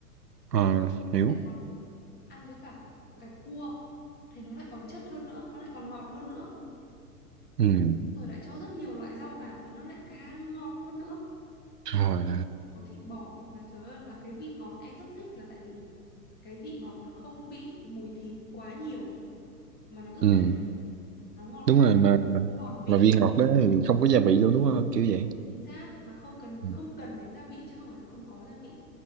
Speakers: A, on the right; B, on the left.
A: ờ,
B: xong
A: hiểu
B: lại còn ăn với cả gạch cua thì nó lại còn chất hơn nữa nó lại còn ngọt hơn nữa
A: ừ,
B: rồi lại cho rất nhiều loại rau vào thì nó lại càng ngọt hơn nữa
A: rồi
B: có thịt bò mà trời ơi mà cái vị ngọt em rất thích là tại vì cái vị ngọt nó không bị mùi thịt quá nhiều mà nó rất
A: ừ,
B: thanh nó ngọt
A: đúng
B: thanh
A: rồi mà
B: tròn vị
A: mà vị ngọt đó thì không có gia vị luôn đúng không kiểu
B: đúng,
A: vậy
B: chính xác mà không cần
A: ừ,
B: không cần đến gia vị chứ không phải là không có gia vị